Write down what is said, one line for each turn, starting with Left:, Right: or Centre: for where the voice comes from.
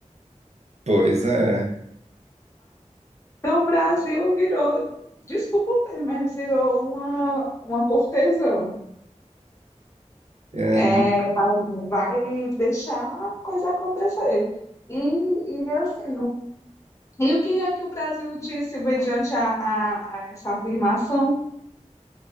Right: Pois é.
Left: Então, o Brasil virou, desculpa o termo, mas virou uma, uma cortesã
Right: É,
Left: É, vai, vai deixar a coisa acontecer. E, e assim, e o que é que o Brasil disse mediante a, a- a essa afirmação?